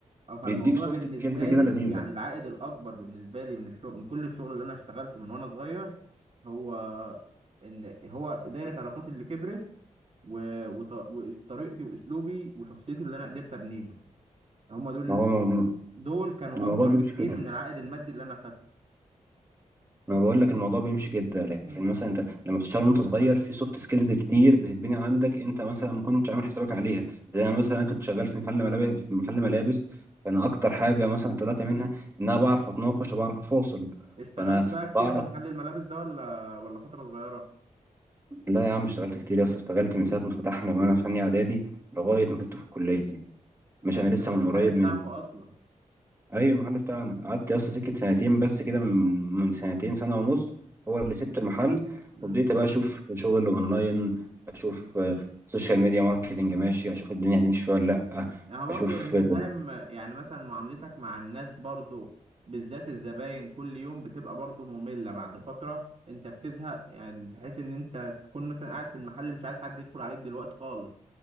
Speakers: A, on the right; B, on the right.
A: فالموضوع
B: بيديك سوفت
A: بالنسبه
B: سكيلز كده
A: لي
B: لذيذه
A: يعني العائد الاكبر بالنسبه لي من الشغل من كل الشغل اللي انا اشتغلته من وانا صغير هو ان هو دايره علاقاتي اللي كبرت و... وط... وطريقتي واسلوبي وشخصيتي اللي انا قدرت ابنيهم هم دول
B: ما هو م-
A: دول كانوا
B: الموضوع
A: اكبر
B: بيمشي
A: بكتير
B: كده
A: من العائد المادي اللي انا
B: ما بقول لك الموضوع بيمشي كده لكن
A: خدته
B: مثلا انت لما بتشتغل وانت صغير في سوفت سكيلز كتير بتتبني عندك انت مثلا ما كنتش عامل حسابك عليها زي انا مثلا كنت شغال في محل ملابس في محل ملابس فانا اكتر حاجه مثلا طلعت منها ان انا بعرف اتناقش وبعرف افاصل
A: اشتغلت
B: فانا
A: بقى كتير
B: بعرف
A: في محل الملابس ده ولا ولا فترة صغيرة
B: لا يا عم اشتغلت كتير يا اسطى اشتغلت من ساعه ما فتحنا وانا في ثانيه اعدادي لغايه
A: مم.
B: ما كنت في الكليه مش
A: يعني
B: انا
A: انت
B: لسه
A: المحل
B: من قريب
A: بتاعكو
B: من
A: اصلا
B: ايوه المحل بتاعنا قعدت اصلا سكه سنتين بس كده من من سنتين سنه ونص هو اللي سبت المحل
A: مم.
B: وبديت بقى اشوف شغل اونلاين اشوف آه، سوشيال ميديا ماركتنج ماشي اشوف الدنيا هتمشي فيها ولا لا
A: يعني برضو
B: اشوف
A: انت فاهم يعني مثلا معاملتك مع الناس برضو بالذات الزباين كل يوم بتبقى برضو مملة بعد فترة انت بتزهق يعني بحيث ان انت تكون مثلا قاعد في المحل مش عايز حد يدخل عليك دلوقتي خالص